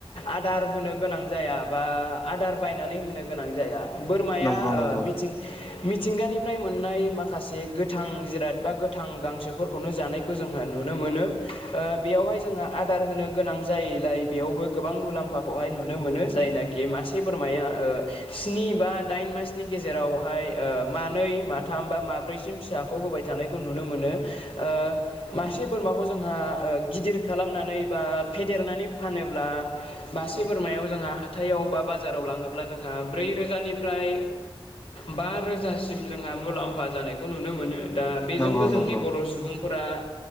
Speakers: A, on the left; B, on the left.
A: आदार होनो गोनां जाया बा आदार बायनानै होनो गोनां जाया बोरमाया
B: नंगौ नंगौ
A: ओ मिथिं-मि थिंगानिफ्राय मोननाय माखासे गोथां जिराद बा गोथां गांसोफोरखौनो जानायखौ जोङो नुनो मोनो। ओ बेयावहाय जोंना आदार होनो गो नां जायैलाय बेयावबो गोबां मुलाम्फाखौहाय नुनो मोनो जायनाखि मासे बोरमाया ओ स्नि बा दाइन मासनि गेजेरावहाय ओ मानै माथाम बा माब्रैसिम फिसाखौ होबाय थानाय खौ नुनो मोनो ओ मासे बोरमाखौ जोंहा ओ गिदिर खालामनानै बा फेदेरनानै फानोब्ला मासे बोरमायाव जोंहा हाथायाव बा बाजाराव लाङोब्ला जोंहा ब्रै रोजानिफ्राय बा रोजासिम जोंहा मुलाम्फा जानायखौ नुनो मोनो। दा बेजोंबो
B: नंगौ
A: जोंनि
B: नंगौ
A: बर' सुबुं फोरा